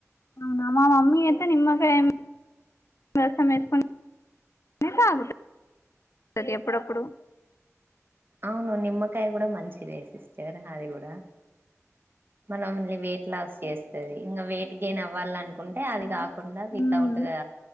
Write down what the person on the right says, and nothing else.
అవును నిమ్మకాయ కూడా మంచిదే సిస్టర్, అది కూడా మనమల్ని వెయిట్ లాస్ చేస్తది. ఇగా వెయిట్ గెయిన్ అవ్వాల అనుకు కుంటే
అది కాకుండా వితౌట్గా